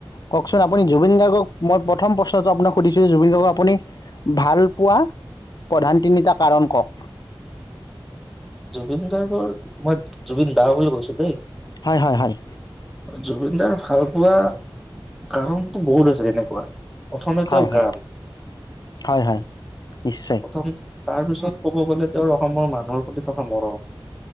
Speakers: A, on the left; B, in the centre.
A: কওঁকচোন আপুনি জুবিন গাৰ্গক, মই প্ৰথম প্ৰশ্নটো আপোনাক সুধিছো জুবিন গাৰ্গক আপুনি ভাল পোৱা প্ৰধান তিনিটা কাৰণ কওঁক।
B: জুবিন গাৰ্গৰ, মই জুবিন দা বুলি কৈছো দেই।
A: হয় হয় হয়
B: জুবিনদাৰ ভাল পোৱা কাৰণটো বহুত আছে এনে। কোৱা। প্ৰথমে
A: হয়
B: তেওঁৰ
A: হয়
B: গান
A: হয় হয় নিশ্চয়
B: প্ৰথম তাৰ পিছত ক'ব গ'লে তেওঁৰ অসমৰ মানুহৰ প্ৰতি থকা মৰম।